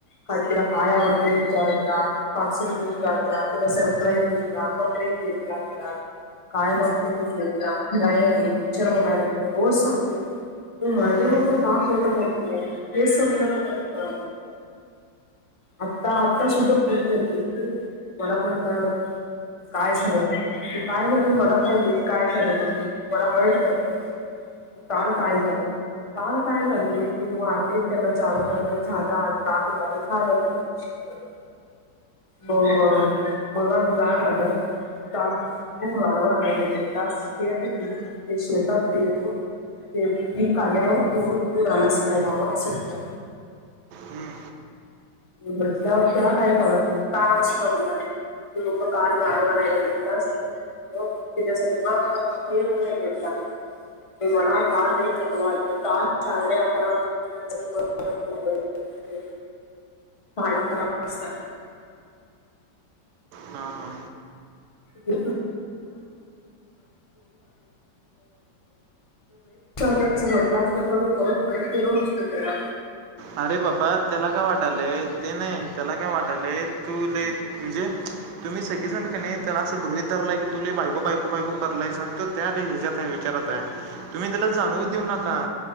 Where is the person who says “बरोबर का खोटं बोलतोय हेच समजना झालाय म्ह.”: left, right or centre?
Left